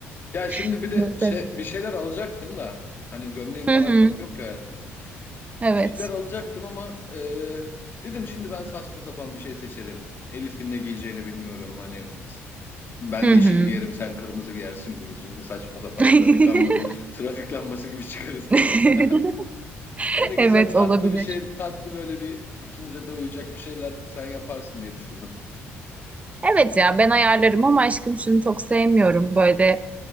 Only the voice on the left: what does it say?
Ya şimdi
bir de
şey bir şeyler alacaktım da hani gömleğim
falan
çok yok ki hayatım.
Bir şeyler alacaktım ama e, dedim şimdi ben saçma sapan bir şey seçerim. Elif'in ne giyeceğini bilmiyorum. Hani ben yeşil
giyerim sen kırmızı giyersin bir de şimdi saçma sapan
trafik lamba <laughs> trafik lambası gibi çıkarız.
<laughs> Hani güzel
tatlı
bir şey tatlı böyle bir ikimize de uyacak bir şeyler sen yaparsın diye düşündüm.